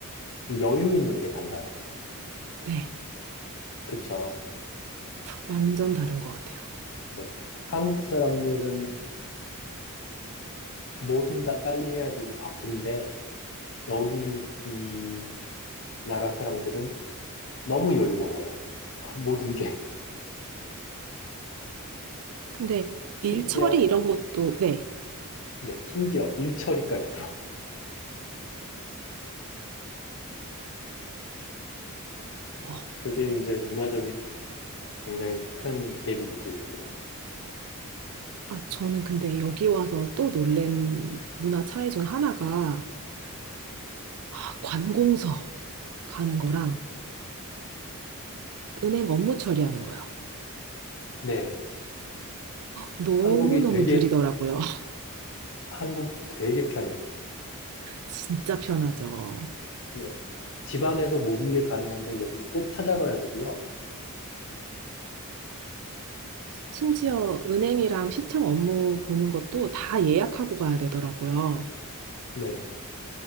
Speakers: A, on the left; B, on the right.
A: 이 여유 있는 게 달라요.
B: 네,
A: 그쵸?
B: 완전 다른 것 같아요.
A: 죠 한국 사람들은 뭐든 다 빨리 해야 되고 바쁜데 여기 이 나라 사람들은 너무 여유로워요. <laughs> 모든 게
B: 근데
A: 심지어
B: 일 처리 이런 것도, 네.
A: 네 심지어 일처리까지도 <laughs>
B: 어,
A: 그게 이제 문화적인 굉장히 큰 갭이 느껴지더라고요.
B: 아, 저는 근데 여기 와서 또 놀란 문화 차이 중 하나가 아, 관공서
A: 네,
B: 가는 거랑 은행 업무 처리하는 거예요.
A: 네.
B: 너무너무
A: 한국이 되게
B: 느리더라고요. <laughs>
A: 한국이 되게 편해요.
B: 진짜 편하죠.
A: 네, 집 안에서 모든 게 가능한데 여기는 꼭 찾아가야 되고요.
B: 심지어 은행이랑 시청 업무 보는 것도 다 예약하고 가야 되더라고요.
A: 네네.